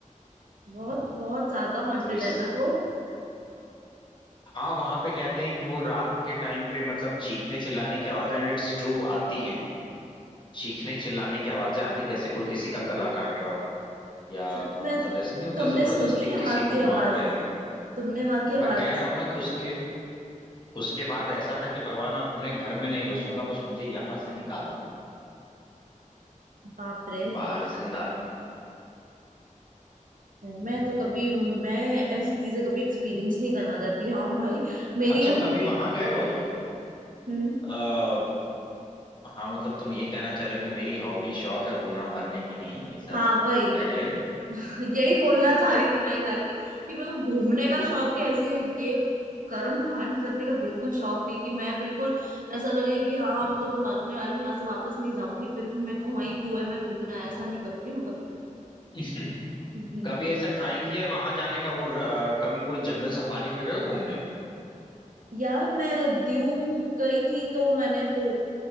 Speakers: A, on the right; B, on the left.
A: बहुत बहुत ज्यादा हॉन्टेड
B: तो इस
A: है ना वो
B: हाँ वहां पे कहते हैं कि वो रात के टाइम पे मतलब चीखने चिल्लाने की आवाजें एंड इट्स ट्रू आती हैं चीखने चिल्लाने की आवाजें आती हैं, जैसे कोई किसी का गला काट रहा हो या
A: सच में
B: मतलब जैसे नहीं होता
A: तुमने
B: जबरदस्ती
A: सुनी है
B: किसी
A: वहां की
B: को मार
A: आवाजें
B: रहे हैं
A: तुमने वहां की
B: मैं
A: आवाजें
B: कह रहा
A: सुनी?
B: हूं ना कि उसके उसके बाद ऐसा था कि भगवान मैं अपने घर में नहीं घुसूंगा बस मुझे यहाँ से निकाल दो
A: बाप रे
B: बाहर जिंदा
A: नहीं मैं तो कभी मैं ऐसी चीजें कभी एक्सपीरियंस नहीं करना चाहती हाँ भाई मेरी
B: अच्छा
A: हॉबी
B: कभी वहां गए हो
A: हम्म
B: आ, हाँ मतलब तुम ये कहना चाह रहे हो कि मेरी हॉबी शौक है घूमना मरने की नहीं है ऐसा
A: हाँ वही
B: टैगलाइन
A: <laughs> यही बोलना चाह रही थी मैं एग्जैक्टली कि मेरे को घूमने का शौक है ऐसे ये कर्म कांड करने का बिल्कुल शौक नहीं कि मैं बिल्कुल ऐसा लगे कि हाँ अब तो मैं मरने वाली हूँ यहाँ से वापस नहीं जाऊंगी फिर भी मेरे को वहीं कुएं में कूदना है ऐसा नहीं करूंगी मैं कभी
B: <laughs>
A: भी।
B: कभी
A: <laughs>
B: ऐसा ट्राई किया है वहां जाने का वो अ, कभी कोई जंगल सफारी पे गए हो घूमने
A: यार मैं दीव गई थी तो मैंने वो